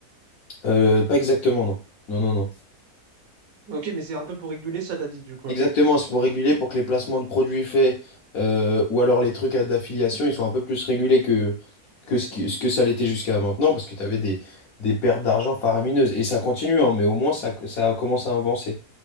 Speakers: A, on the left; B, on the right.
A: Euh, pas exactement, non. Non, non, non.
B: Ok, mais c'est un peu pour réguler ça, t'as dit du coup.
A: Exactement, c'est pour réguler, pour que les placements de produits faits euh, ou alors les trucs à- d'affiliation, ils sont un peu plus régulés que, que ce qui- ce que ça l'était jusqu'à maintenant, parce que tu avais des, des pertes d'argent faramineuses. Et ça continue, hein, mais au moins ça, ça commence à avancer.